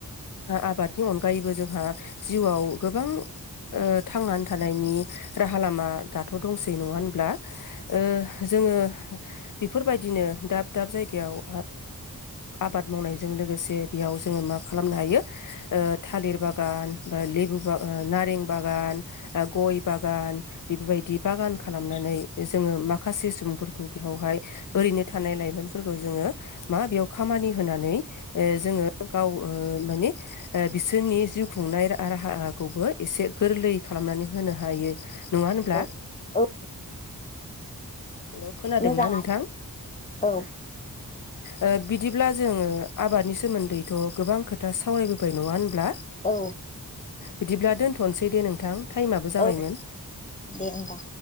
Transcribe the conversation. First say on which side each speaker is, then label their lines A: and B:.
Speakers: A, on the left (about 60°); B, on the left (about 20°).
A: आबादनि अनगायैबो जोंहा जिउआव गोबां ओ थांनानै थानायनि राहा लामा दाथ' दंसै नङा होन ब्ला ओ जोङो बेफोरबायदिनो दाब दाब जायगायाव ओ आबाद मावनायजों लोगोसे बेयाव जोङो मा खालामनो हायो ओ थालिर बागान बा लेबु बागान, नारें बागान, गय बागान बेफोरबायदि बागान खालामनानै जोङो माखासे सुबुंफोरखौ बेयावहाय ओरैनो थानाय लाइमोनफोरखौ जोङो मा बेयाव खामानि होनानै ओ जोङो गाव ओ माने बिसोरनि जिउ खुंनाय राहाखौबो एसे गोरलै खालामनानै होनो हायो। नङा होनब्ला?
B: औ औ
A: हेल' खोनादोंना
B: मोजां
A: नोंथां?
B: औ
A: ओ बिदिब्ला जोङो आबादनि सोमोन्दैथ' गोबां खोथा सावरायबोबाय नङा होनबा?
B: औ
A: बिदिब्ला दोनथ'नोसै दे नोंथां टाइमाबो जाबायमोन।
B: औ दे होमबा।